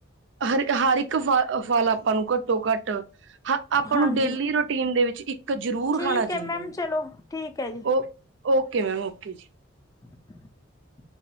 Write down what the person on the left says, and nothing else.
ਹਾਂਜੀ
ਠੀਕ
ਹੈ ਮੈਮ
ਚਲੋ ਠੀਕ ਹੈ ਜੀ
<inaudible>